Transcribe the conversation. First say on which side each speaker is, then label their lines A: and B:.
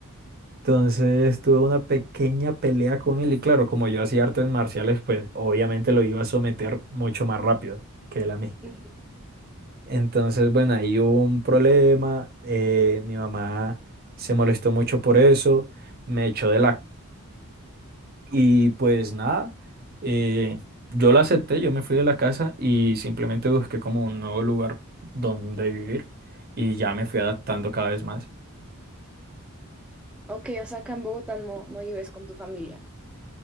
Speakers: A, on the right; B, in the centre.
A: Entonces tuve una pequeña pelea con él y claro, como yo hacía artes marciales, pues obviamente lo iba a someter mucho más rápido que él a mí.
B: Ujú.
A: Entonces, bueno, ahí hubo un problema, eh, mi mamá se molestó mucho por eso, me echó de la... Y pues nada, eh, yo la acepté, yo me fui de la casa y simplemente busqué como un nuevo lugar donde vivir y ya me fui adaptando cada vez más.
B: Ok, o sea, acá en Bogotá no, no vives con tu familia.